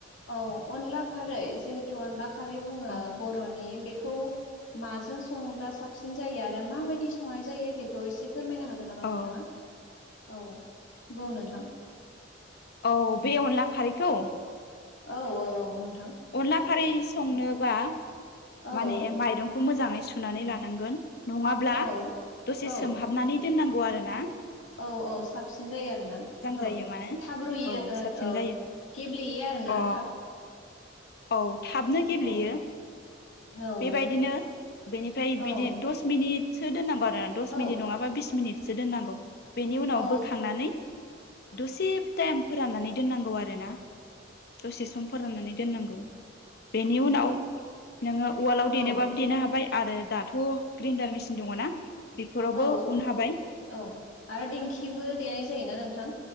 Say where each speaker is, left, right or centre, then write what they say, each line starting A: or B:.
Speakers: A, on the left; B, on the left.
A: औ अनला खारै जिहेतु अनला ख बु
B: औ
A: बर'नि बेखौ मों सङोब्ला साबसिन जायो आरो माबायदि संनाय जायो बेखौ एसे फोरमायनो हागोन नामा
B: औ
A: नोंथाङा? औ बुं नोंथां।
B: औ बे अनला खारैखौ
A: औ औ औ नोंथां
B: अनला खारै संनोबा
A: औ
B: माने माइरंखौ मोजां मोजाङै सुनानै लानांगोन नङाब्ला
A: औ
B: दसे
A: औ
B: सोमहाबनानै दोननांगौ आरोना
A: औ औ साबसिन जायो आरोना
B: जायो
A: औ
B: माने
A: थाब रूयो
B: औ साबसिन
A: औ
B: जायो
A: गेब्लेयो आरोना
B: अ
A: थाब
B: औ थाबनो गेब्लेयो
A: औ औ
B: बेबायदिनो बेनिफाय
A: औ
B: बिदि दस मिनिटसो दोननांगौ दस
A: औ
B: मिनिट नङाबा बिस मिनिटसो दोननांगौ बेनि उनाव
A: औ
B: बोखांनानै दुसिब टाइम फोराननानै दोननांगौ आरोना दसे सम फोराननानै दोननांगौ। बेनि उनाव नोङो उवालाव
A: औ
B: देेनबाबो देनो हाबाय आरो। दाथ' ग्रेन्डार मेसिन दङ'ना बेफोरावबो
A: औ
B: उन हाबाय
A: औ आरो दिंखिबो देनाय जायोना नोंथा